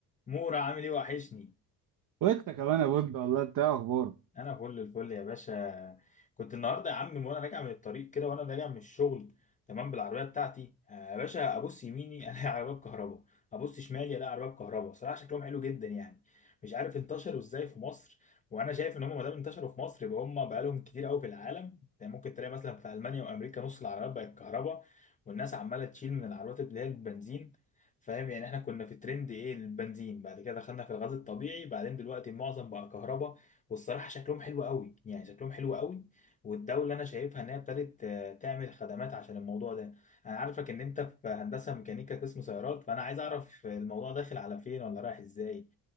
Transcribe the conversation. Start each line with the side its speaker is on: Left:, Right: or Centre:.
Left: مورا عامل ايه وحشني
Right: وانت كمان يا بود والله انت إيه اخبارك
Left: انا فل الفل يا باشا كنت النهارده يا عم وانا راجع من الطريق كده وانا راجع من الشغل تمام بالعربيه بتاعتي آه، يا باشا ابص يميني <laughs> الاقي عربيه بكهرباء ابص شمالي الاقي عربيه بكهرباء صراحه شكلهم حلو جدا يعني مش عارف انتشروا ازاي في مصر وانا شايف ان هم ما دام انتشروا في مصر يبقى هم بقالهم كتير قوي في العالم يعني ممكن تلاقي مثلا في المانيا وامريكا نص العربيات بقت كهرباء والناس عماله تشيل من العربيات اللي هي البنزين فاهم يعني احنا كنا في ترند ايه البنزين بعد كده دخلنا في الغاز الطبيعي بعدين دلوقتي معظم بقى كهرباء والصراحة شكلهم حلو قوي يعني شكلهم حلو قوي والدولة أنا شايفها إن هي ابتدت آه، تعمل خدمات عشان الموضوع ده أنا عارفك إن أنت في هندسة ميكانيكا قسم سيارات فأنا عايز أعرف الموضوع داخل على فين ولا رايح إزاي